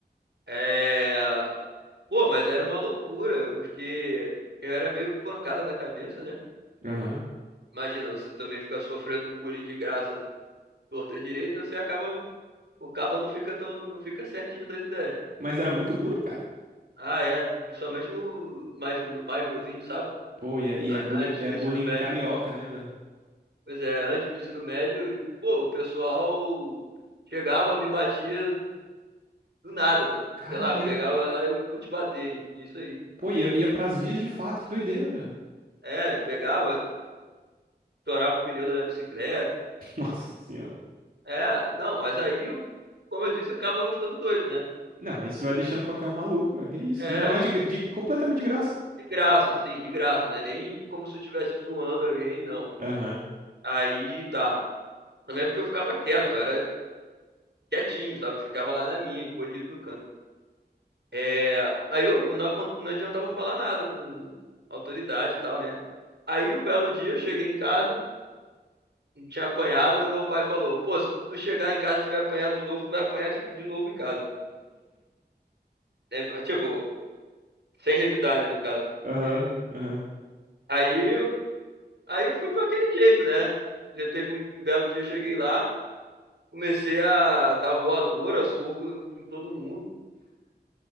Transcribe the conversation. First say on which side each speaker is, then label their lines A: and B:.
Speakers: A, on the right (about 80°); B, on the right (about 55°).
A: É, pô, mas era uma loucura, porque eu era meio pancada da cabeça, né?
B: Aham.
A: Imagina, você também ficar sofrendo bullying de graça, torta e direita, você acaba, o cabo não fica tão, não fica certinho das ideias.
B: Mas era muito bullying, cara.
A: Ah, era. Principalmente no mais, no- mais novinho, sabe?
B: Pô, e é, e
A: a-
B: é bullying,
A: Antes
B: é
A: do
B: bullying
A: ensino médio.
B: carioca, né, velho?
A: Pois é, antes do ensino médio, pô, o pessoal chegava, me batia do nada, mano.
B: Cara,
A: Sei lá,
B: ia,
A: pegava lá e eu vou te bater. Isso aí.
B: pô, ia, ia pras vias de fato, que doideira, velho.
A: É, pegava, torava o pneu da minha bicicleta.
B: <laughs> Nossa senhora.
A: É, não, mas aí, o- como eu disse, o cabo vai ficando doido, né?
B: Não, isso vai deixando qualquer um maluco, velho. Que isso?
A: É,
B: De- Ainda mais de, de- completamente de graça.
A: de graça, assim, de graça, né? Nem como se eu estivesse zoando alguém, não.
B: Aham.
A: Aí tá. Também é porque eu ficava quieto, eu era quietinho, sabe? Eu ficava lá na minha, encolhido no canto. É, aí eu não, acon- não adiantava falar nada com autoridade e tal, né? Aí um belo dia eu cheguei em casa, não tinha apanhado, aí meu pai falou: Pô, se tu chegar em casa e tiver apanhado de novo, tu vai apanhar de, de novo em casa. É, tipo, sem revidar, né, no caso.
B: Aham,
A: E
B: aham.
A: aí, eu- aí eu fui pra aquele jeito, né? Já teve um belo dia, eu cheguei lá, comecei a dar voadora, soco em todo mundo.